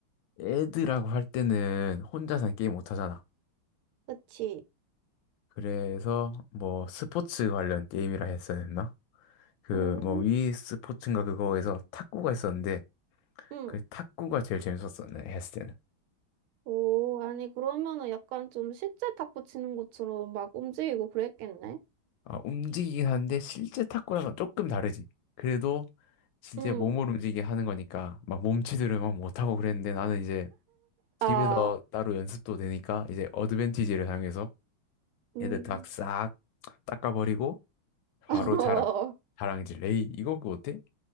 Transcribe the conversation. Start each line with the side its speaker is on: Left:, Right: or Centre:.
Left: 애들하고 할 때는 혼자서는 게임 못하잖아.
Right: 그치.
Left: 그래서 뭐 스포츠 관련 게임이라 했어야 했나? 그
Right: 음.
Left: 뭐 위 스포츠인가 그거에서 탁구가 있었는데
Right: 응.
Left: 그 탁구가 제일 재밌었어 내 했을 때는
Right: 오, 아니, 그러면은 약간 좀 실제 탁구 치는 것처럼 막 움직이고 그랬겠네?
Left: 아 움직이긴 한데 실제 탁구랑은 조금 다르지 그래도 진짜
Right: 응.
Left: 몸을 움직이게 하는 거니까 막 몸치들을 막 못하고 그랬는데 나는 이제 집에서
Right: 아,
Left: 따로 연습도 되니까 이제 어드밴티지를 사용해서
Right: 음.
Left: 애들 다 싹 닦아버리고 바로
Right: <laughs>
Left: 자랑
Right: 어,
Left: 자랑질 레이 이거 그거 어때?